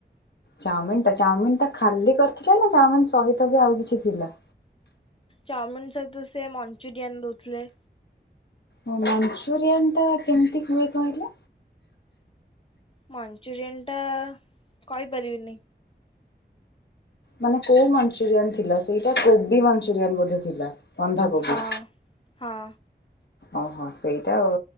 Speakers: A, on the left; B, on the left.
A: ଚାଉମିନ ଟା ଚାଉମିନ ଟା ଖାଲି କରିଥିଲେ ନା ଚାଉମିନ ସହିତ ବି ଆଉ କିଛି ଥିଲା।
B: ଚାଉମିିନ ସହିତ ସେ ମଞ୍ଚୁରିଆନ ଦଉଥିଲେ।
A: ଓ ମଞ୍ଚୁରିଆନ ଟା କେମିତି ହୁଏ କହିଲ।
B: ମଞ୍ଚୁରିଆନ ଟା କହିପାରିବିନି।
A: ମାନେ କୋଉ ମଞ୍ଚୁରିଆନ ଥିଲା ସେଇଟା କୋବି ମଞ୍ଚୁରିଆନ ବୋଧେ ଥିଲା। ବନ୍ଧାକୋବି।
B: ହଁ ହଁ।
A: ଓହୋ ସେଇଟା ଆଉ